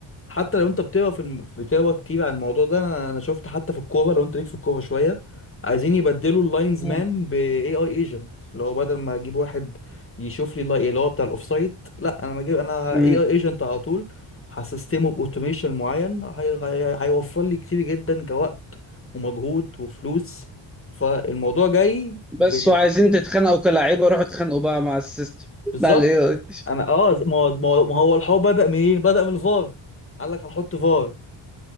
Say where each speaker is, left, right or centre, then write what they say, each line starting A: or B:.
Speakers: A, on the left; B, in the centre.
A: حتى لو انت بتقرا في الم... بتقرا كتير عن الموضوع ده انا انا شفت حتى في الكوره لو انت ليك في الكوره شويه عايزين يبدلوا اللاينز
B: مم.
A: مان باي اي اي ايجنت اللي هو بدل ما اجيب واحد يشوف لي اللاي- اللي هو بتاع الاوفسايد لا انا ما اجيب انا
B: مم.
A: اي اي ايجنت على طول هسيستمه باوتوميشن معين هي... هي... هيوفر لي كتير جدا كوقت ومجهود وفلوس فالموضوع جاي ب...
B: بس وعايزين تتخانقوا كلاعيبة روحوا اتخانقوا بقى مع السيستم
A: بالظبط
B: مع ال AI <laughs>
A: انا اه ما هو ما هو ما هو الحوار بدأ منين بدأ من الفار قال لك هنحط فار